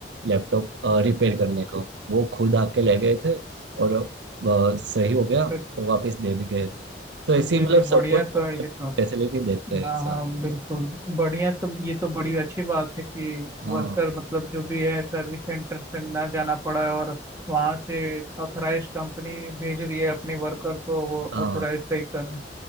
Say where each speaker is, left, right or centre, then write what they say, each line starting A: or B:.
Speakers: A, on the right; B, on the right.
A: लैपटॉप रिपेयर करने को वो खुद आके ले गए थे और बहुत सही हो गया
B: फिर
A: तो वापस दे भी गए थे तो ऐसे
B: जी
A: ही मतलब
B: जी बढ़िया
A: सब कुछ
B: तो
A: अपने
B: है ये
A: फैसिलिटी
B: तो
A: देते हैं
B: हाँ
A: ऐसा
B: हाँ बिल्कुल बढ़िया तो ये तो बड़ी अच्छी बात है कि
A: हाँ
B: वर्कर मतलब जो भी है सर्विस सेंटर से ना जाना पड़ा है और वहाँ से ऑथराइज कंपनी भेज रही है अपने वर्कर को वो
A: हाँ
B: ऑथराइज सही करने